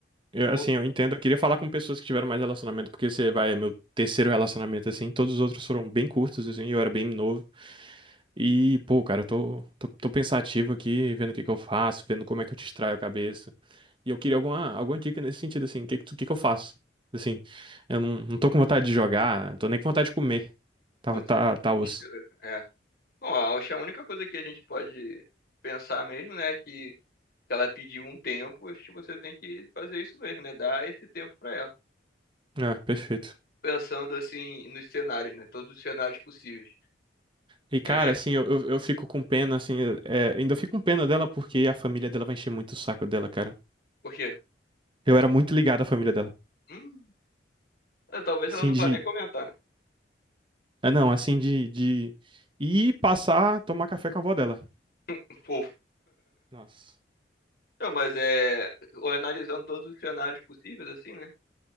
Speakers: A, on the right (about 25°); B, on the left (about 55°).
A: Eu,
B: vol-
A: assim, eu entendo. Eu queria falar com pessoas que tiveram mais relacionamento, porque você vai, é meu terceiro relacionamento, assim. Todos os outros foram bem curtos, assim, eu era bem novo. E, pô, cara, eu tô, tô, tô pensativo aqui, vendo o que que eu faço, vendo como é que eu distraio a cabeça. E eu queria alguma, alguma dica nesse sentido, assim, o que, que, tu- o que que eu faço? Assim, eu não, não tô com vontade de jogar, tô nem com vontade de comer. Tá,
B: Putz,
A: tá, tá osso.
B: é. Bom, acho que a única coisa que a gente pode pensar mesmo, né, é que que ela pediu um tempo, acho que você tem que fazer isso mesmo, né? Dar esse tempo pra ela.
A: É, perfeito.
B: Pensando assim nos cenários, né? Todos os cenários possíveis.
A: E, cara,
B: É,
A: assim, eu, eu, eu fico com pena, assim, é, ainda fico com pena dela porque a família dela vai encher muito o saco dela, cara.
B: porque,
A: Eu era muito ligado à família dela.
B: hum, é, talvez
A: Assim
B: ela não
A: de.
B: vá nem comentar, né?
A: É, não, assim de, de ir passar, tomar café com a avó dela.
B: <laughs> Fofo.
A: Nossa.
B: Não, mas é, analisando todos os cenários possíveis, assim, né?